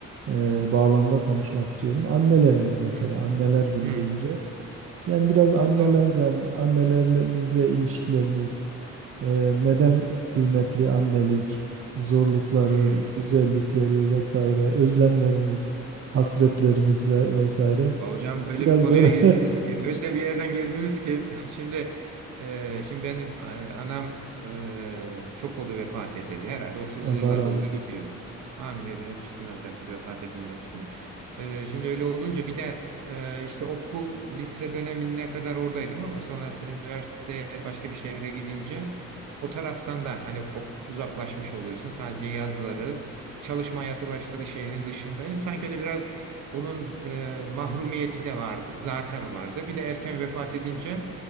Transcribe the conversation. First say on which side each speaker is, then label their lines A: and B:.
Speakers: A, on the right; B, on the right.
A: eee, bağlamda konuşmak istiyorum. Annelerimiz mesela
B: hı.
A: anneler günü
B: Hı.
A: deyince yani biraz annelerden
B: Doğru.
A: annelerimizle ilişkilerimiz Eee, neden kıymetli annelik, zorlukları,
B: Hı.
A: güzellikleri vesaire, özlemlerimiz, hasretlerimiz ve vesaire.
B: Ya Hocam öyle
A: Biraz
B: bir konuya
A: böyle
B: girdiniz ki, öyle bir yerden girdiniz ki <laughs> şimdi e, şimdi benim e, anam e, çok oldu vefat edeli herhalde 30
A: <laughs> Allah
B: yıla
A: rahmet
B: doğru gidiyor.
A: etsin.
B: Amin hep- hepsini hocam vefat edenin hepsini. E, şimdi öyle olunca bir de e, işte okul lise dönemine kadar oradaydım ama sonrasında üniversiteye başka bir şehre gidince o taraftan da hani kop, uzaklaşmış oluyorsun. Sadece yazları çalışma hayatı başladı şehrin dışındaydım. Sanki öyle biraz onun e, mahrumiyeti de vardı, zaten vardı. Bir de erken vefat edince